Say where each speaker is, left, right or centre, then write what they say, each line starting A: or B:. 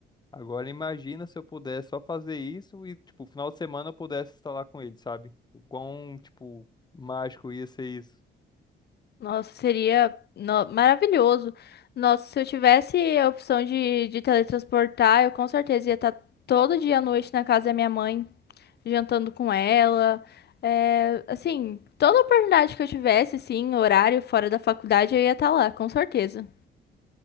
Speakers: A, on the left; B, on the left.
A: Agora imagina se eu pudesse só fazer isso e, tipo, final de semana eu pudesse estar lá com ele, sabe? O quão, tipo, mágico ia ser isso.
B: Nossa, seria no- maravilhoso. Nossa, se eu tivesse a opção de, de teletransportar, eu com certeza ia estar todo dia à noite na casa da minha mãe, jantando com ela. É, assim, toda oportunidade que eu tivesse, sim, horário fora da faculdade, eu ia estar lá, com certeza.